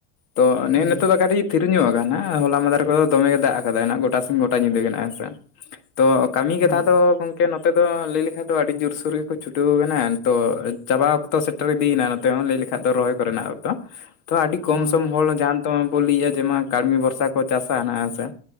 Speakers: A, on the left; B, on the left.
A: ᱛᱚ ᱱᱮ
B: ᱦᱩᱸ
A: ᱮ ᱱᱤᱛᱚᱜ ᱠᱟᱹᱴᱤᱡ ᱛᱷᱤᱨᱩᱧᱚᱜ ᱟᱠᱟᱱᱟ ᱦᱚᱞᱟ ᱢᱟᱫᱟᱨ ᱠᱚᱫᱚ ᱫᱚᱢᱮ ᱜᱮ ᱫᱟᱜ ᱠᱟᱫᱟᱭ ᱜᱚᱴᱟ ᱥᱮᱱ ᱜᱚᱴᱟ ᱧᱤᱫᱟᱹ ᱜᱮ ᱱᱟᱜ ᱦᱮᱸ ᱥᱮ ᱛᱚ ᱠᱟᱹᱢᱤ ᱠᱟᱛᱷᱟ
B: ᱦᱳᱭ
A: ᱫᱚ ᱜᱚᱝ ᱠᱮ ᱱᱚᱛᱮ ᱫᱚ ᱞᱟᱹᱭ ᱞᱮᱠᱷᱟᱡ ᱫᱚ ᱟᱹᱰᱤ ᱡᱳᱨᱥᱳᱨ ᱜᱮᱠᱚ ᱪᱷᱩᱴᱟᱹᱣ ᱠᱟᱱᱟ ᱱᱤᱛᱚ ᱪᱟᱵᱟ ᱚᱠᱛᱚ ᱥᱮ ᱴᱮᱨ ᱤᱫᱤᱭᱮᱱᱟ ᱱᱚᱛᱮ ᱦᱚᱸ ᱞᱟᱹᱭ ᱞᱮᱠᱷᱟᱡ ᱫᱚ ᱨᱚᱦᱚᱭ ᱠᱚᱨᱮᱱᱟᱜ ᱚᱠᱛᱚ ᱛᱚ ᱟᱹᱰᱤ ᱠᱚᱢ
B: ᱦᱳᱭ
A: ᱥᱚᱢ ᱦᱚᱲ ᱡᱟᱦᱟᱸ ᱛᱮᱢ ᱵᱚᱱ ᱞᱟᱹᱭᱭᱟ ᱡᱮᱢᱟ ᱠᱟᱹᱲᱢᱤ ᱵᱷᱚᱨᱥᱟ ᱠᱚ ᱪᱟᱥᱟ ᱱᱟᱦᱜ ᱦᱮᱸᱥᱮ